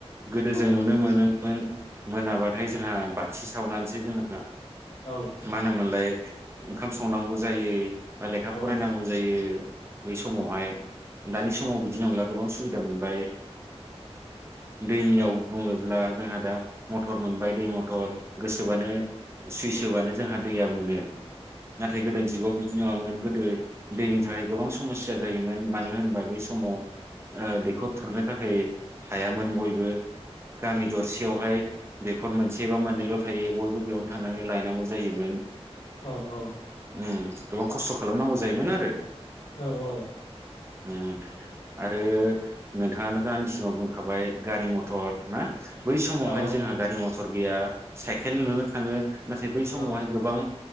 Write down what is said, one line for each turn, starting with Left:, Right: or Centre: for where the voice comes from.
Right: गोदो
Left: औ
Right: जों नुनो मोनोमोन मोनाबाथाय जोंहा बाथि सावनानैसो जोङो
Left: औ
Right: मा होनोमोनलाय ओंखाम संनांगौ जायो बा लेखा फरायनांगौ
Left: औ
Right: जायो बै समावहाय। दानि समाव बिदि नंला गोबां सुबिदा मोनबाय दैनियाव बुङो ब्ला जोंहा दा मथर मोनबाय दै मथर गोसोबानो सुइस होबानो जोंहा दैया मोनो नाथाय गोदोनि जुगाव बिदि नङामोन। गोदो दैनि थाखाय गोबां समस्या जायोमोन मानो होनबा बै समाव ओ दैखर खुरनो थाखाय हायामोन बयबो गामि दरसेयावहाय दैखर मोनसे बा मोननैल' थायो बयबो बेयावनो थांनानै लायनांगौ जायोमोन।
Left: औ औ।
Right: ओम गोबां खस्थ' खालामनांगौ जायोमोन आरो।
Left: औ औ।
Right: ओ आरो नोंथाङानो दा आंनि सिगाङाव बुंखाबाय गारि मथर ना? बै समावहाय
Left: औ औ
Right: जोंहा गारि मथर गैया साइकेल नुनो थाङो नाथाय बै समावहाय
Left: औ
Right: गोबां